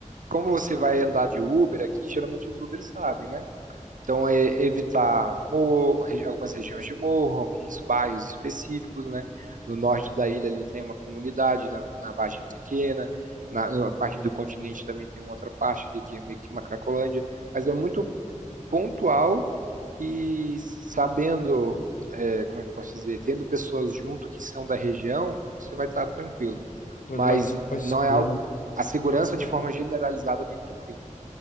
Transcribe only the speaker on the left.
deve
mais, se- mais
seguro,
né?